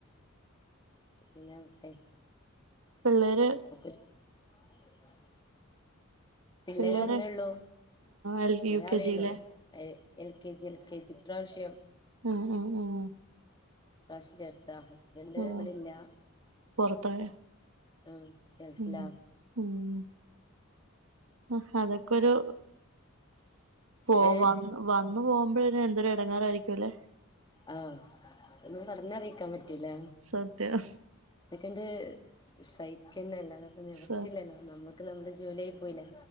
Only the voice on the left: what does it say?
പിന്നെ ആവട്ടെ
ഒ <unintelligible> പിള്ളേര്
ഒന്നേ ള്ളൂ
ഒരാളേള്ളു
എഎൽ K G L K G ഇപ്രാവ്ശ്യം
കാശ് ചേർത്താ ഹസ്ബൻഡ്
ഇവിടെല്ലാ
ആ ഗൾഫിലാ
ഏഹ്
ആ അതൊന്നും പറഞ്ഞറിയിക്കാൻ പറ്റൂല
അതൊക്കെണ്ട് സഹിക്കന്നെ അല്ലാതെ പ്പം നിവർത്തില്ലല്ലോ
നമ്മ ക്ക് നമ്മുടെ ജോലിയായി പോയില്ലേ